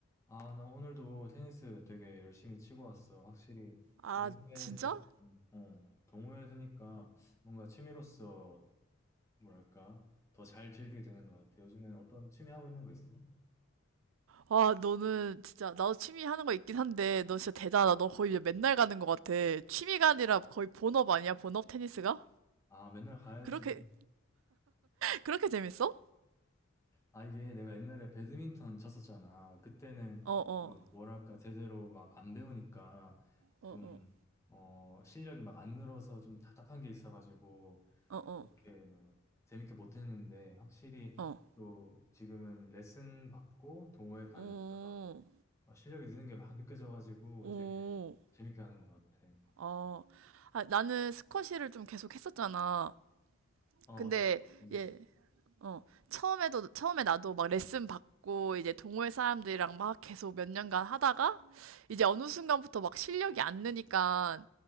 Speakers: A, on the left (about 15°); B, on the right (about 85°).
A: 아, 나 오늘도 테니스 되게 열심히 치고 왔어. 확실히
B: 아,
A: 동호회,
B: 진짜?
A: 드- 어, 동호회 드니까 뭔가 취미로서 뭐랄까 더 잘 즐기게 되는 것 같아. 요즘엔 어떤 취미 하고 있는 거 있어?
B: 와, 너는 진짜, 나도 취미 하는 거 있긴 한데, 너 진짜 대단하다. 너 거의 맨날 가는 것 같아. 취미가 아니라 거의 본업 아니야? 본업 테니스가?
A: 아, 맨날 가야지.
B: 그렇게, <laughs> 그렇게 재밌어?
A: 아, 이게 내가 옛날에 배드민턴 쳤었잖아. 그때는
B: 어, 어,
A: 좀 뭐랄까 제대로 막 안 배우니까
B: 어,
A: 좀,
B: 어,
A: 어, 실력이 막 안 늘어서 좀 답답한 게 있어가지고
B: 어, 어,
A: 그렇게 막 재밌게 못했는데 확실히
B: 어,
A: 또 지금은 레슨 받고 동호회 가니까
B: 오,
A: 어, 실력이 느는 게 막 느껴져가지고
B: 오,
A: 되게 재밌게 하는 것 같아.
B: 어. 아, 나는 스쿼시를 좀 계속 했었잖아.
A: 어,
B: 근데,
A: 스쿼트.
B: 예,
A: 있지.
B: 어, 처음에도, 처음에 나도 막 레슨 받고, 이제 동호회 사람들이랑 막 계속 몇 년간 하다가, 이제 어느 순간부터 막 실력이 안 느니까,